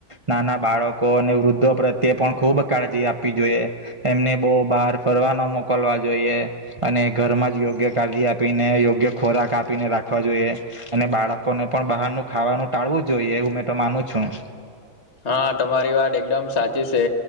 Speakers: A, on the right; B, on the left.
A: નાના બાળકો અને વૃદ્ધો પ્રત્યે પણ ખૂબ કાળજી આપવી જોઈએ એમને બહુ બહાર ફરવાનો મોકલવા જોઈએ. અને ઘરમાં જ યોગ્ય કાળજી આપીને યોગ્ય ખોરાક આપીને રાખવા જોઈએ અને બાળકોને પણ બહારનું ખાવાનું ટાળવું જોઈએ એું મેં તો માનું છું.
B: હા તમારી વાત એકદમ સાચી છે